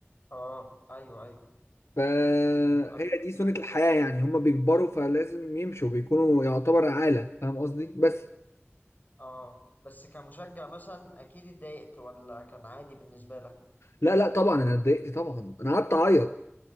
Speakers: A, on the left (about 40°); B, on the left (about 80°).
A: اه ايوه ايوه
B: فهي
A: فاهم
B: دي سنة الحياة يعني هما بيكبروا فلازم يمشوا بيكونوا يعتبر عالة فاهم قصدي بس
A: اه بس كمشجع مثلا اكيد اتضايقت ولا كان عادي بالنسبة لك؟
B: لا لا طبعا انا اتضايقت طبعا انا قعدت اعيط